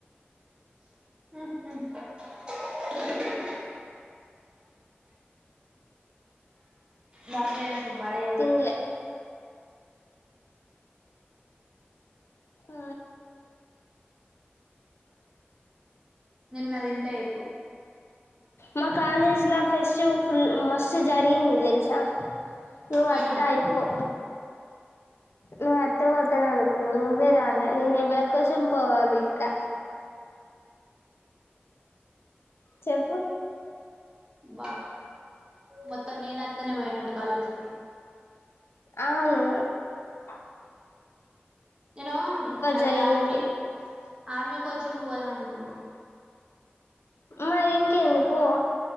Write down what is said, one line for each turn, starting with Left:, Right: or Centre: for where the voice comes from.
Right: హ బార్లేనా ఇప్పుడు పడవి
Left: తినలే ఆ
Right: నిన్న అది ఇంట అయిపు
Left: మా కాలేజ్ లా ఫెస్టివ్ ఫుల్ మ స్తు జరిగింది తెలుసా? నువ
Right: పోయినావా
Left: అత్త
Right: నువ్వు
Left: అయిపో నువ్వు అత్త పోతాన అనుకున్నా నువ్వే రాలే నేను ఎవరి కోసం పోవాలి ఇంకా చెప్పు
Right: బా మొత్త నేనత్తనే వయనట్టు కాలేజ్కి
Left: అవును ఆ
Right: నేను అది
Left: జరిగింది
Right: ఆర్మీకి ఆర్మీ కోచింగ్ పోదాం అనుకున్నా!
Left: మరి ఇంకెంది పో